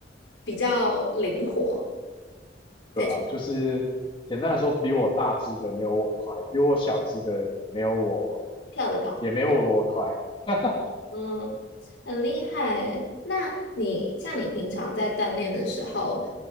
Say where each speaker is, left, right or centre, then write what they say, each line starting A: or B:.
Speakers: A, on the left; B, on the left.
A: 比较灵活，对，
B: 对啊，就是简单来说，比我大只的没有我快，比我小只的没有我
A: 跳得高，
B: 也没有我快。<laughs>
A: 嗯，很厉害耶那你像你平常在锻炼的时候，